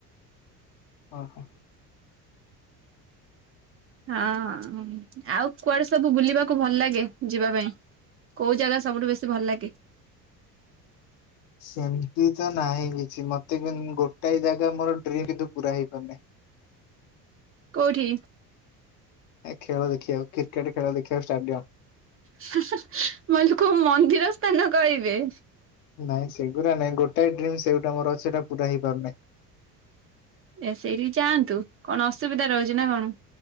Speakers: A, on the left; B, on the right.
A: ଓହୋ।
B: ହଁ, ଆଉ କୁଆଡେ ସବୁ ବୁଲିବାକୁ ଭଲ ଲାଗେ ଯିବା ପାଇଁ? କୋଉ ଜାଗା ସବୁଠୁ ବେଶୀ ଭଲ ଲାଗେ?
A: ସେମିତି ତ ନାହିଁ କିଛି ମତେ କିଂ ଗୋଟାଏ ଜାଗା ମୋର ଡ୍ରିମ୍ କିନ୍ତୁ ପୁରା ହେଇପାରୁନାହିଁ।
B: କୋଉଠି?
A: ଏ ଖେଳ ଦେଖିବାକୁ। କ୍ରିକେଟ ଖେଳ ଦେଖିବାକୁ ଷ୍ଟାଡିୟମ୍।
B: ମୁଁ ଭାବିଲି କୋଉ ମନ୍ଦିର ସ୍ଥାନ କହିବେ।
A: ନାଇଁ ସେଗୁରା ନାଇଁ। ଗୋଟାଏ ଡ୍ରିମ୍ ସେଇଟା ମୋର ଅଛି ସେଟା ପୁରା ହେଇପାରୁନାହିଁ।
B: ଏ ସେଇଠିକି ଯାଆନ୍ତୁ। କଣ ଅସୁବିଧା ରହୁଚି ନା କଣ?